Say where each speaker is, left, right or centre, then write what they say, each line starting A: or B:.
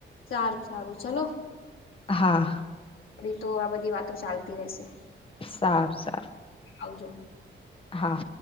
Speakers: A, on the left; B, on the left.
A: સારું સારું ચલો
B: હા
A: આપડી તો આ બધી વાતો ચાલતી રહેશે
B: સારું સારું
A: આવજો
B: હા